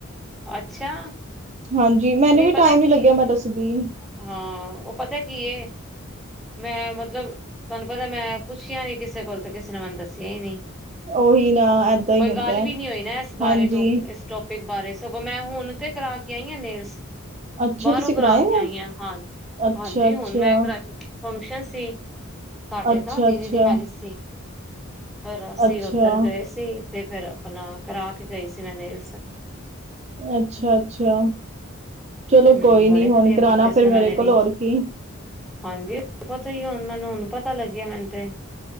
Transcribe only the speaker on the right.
ਹਾਂਜੀ, ਮੈਨੂੰ
ਵੀ
ਟਾਈਮ
ਨੀ ਲੱਗਿਆ
ਮੈਂ ਦੱਸਦੀ।
ਉਹੀ ਨਾ ਏਦਾਂ ਹੀ
ਹੁੰਦਾ
ਹਾਂਜੀ
ਅੱਛਾ
ਤੁਸੀਂ
ਕਰਾਏ ਨੇ
ਅੱਛਾ
ਅੱਛਾ
ਅੱਛਾ
ਅੱਛਾ
ਅੱਛਾ
ਅੱਛਾ-ਅੱਛਾ। ਚਲੋ
ਕੋਈ
ਨੀ ਹੁਨ
ਕਰਾਨਾ
ਫੇਰ
ਮੇਰੇ
ਕੋਲ
ਹੋਰ ਕੀ